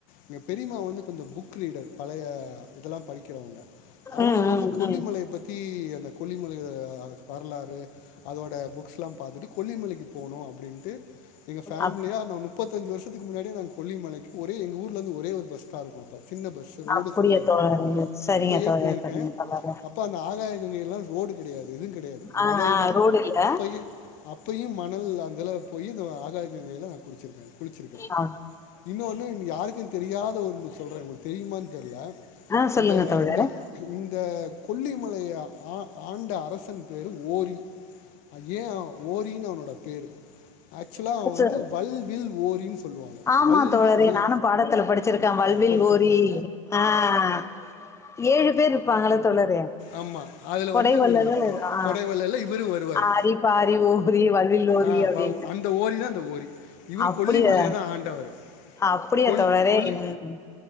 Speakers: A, on the left (about 55°); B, on the left (about 15°).
A: எங்கள் பெரியமா வந்து கொஞ்சம் புக் ரீடர் பழைய இதெல்லாம் படிக்கிறவங்க அவங்க
B: ம்
A: வந்து
B: ம்
A: கொல்லிமலையை
B: ம்
A: பத்திஅந்த கொல்லிமல வரலாறு அதோட புக்ஸ்லாம் பாத்துட்டு கொல்லிமலைக்கு போனோம் அப்படின்ட்டு எங்க ஃ பேமிலியா
B: அப்
A: ந முப்பத்தஞ்சு வருஷத்துக்கு முன்னாடி நாங் கொல்லிமலைக்கு ஒரே எங்கள் ஊர்ல இருந்து ஒரே ஒரு பஸ் தான் இருக்கும் சின்ன பஸ் ரோடு
B: அப்படியா
A: சரியாக இருக்காது
B: தோழரே சரிங்க
A: அப்பயே
B: தோழரே
A: போயிருக்கேன்
B: சரிங்க தோழரே
A: அப்போ அந்த ஆகாய கங்கையல்லாம் ரோடு கெடையாது எதுவும் கிடையாது
B: ஆ
A: மணல்
B: ஆ
A: தான்
B: ரோடு இல்ல
A: அப்ப அப்பயையும் மணல் அதுல போய் இந்த ஆகாய கங்கையில நான் குடிச்சிருக்கேன் குளிச்சிருக்கேன்
B: ஆ
A: இன்னொன்னு யாருக்கும் தெரியாத ஒன்னு சொல்றேன் உங்களுக்கு தெரியுமான்னு தெரில
B: ஆ, சொல்லுங்க
A: இந்த
B: தோழரே
A: இந்த இந்த கொல்லிமல ஆ ஆண்ட அரசன் பேரு ஓரி ஏன் ஓரின்னு அவனோட பேரு ஆக்சுவலா அவன் வந்து
B: ச-
A: வல் வில் ஓரின்னு சொல்லுவாங்க
B: ஆமா
A: வல்னா
B: தோழரே
A: வல்ல
B: நானும் பாடத்துல படிச்சிருக்கேன் வல்வில்
A: ஆ, படிச்சிருக்கேன்
B: ஓரி ஆஹ ஏழு பேரு இருப்பாங்கள தோழரே
A: ஆமா அதுல
B: கொடை
A: வந்து
B: வள்ளல்கள்
A: இவரு ஒருத்தர்
B: ஆ
A: கொடைவல்லல்ல இவரு வருவாரு
B: ஆரி பாரி ஓரி வல்வில் ஓரி
A: அ
B: அப்டின்னு
A: அந்த ஓரி தான் அந்த ஓரி இவர்
B: அப்டியா
A: கொல்லிமலைய தான் ஆண்டவர்
B: அப்டியா
A: கொல்லி
B: தோழரே
A: கொல்லி
B: ம்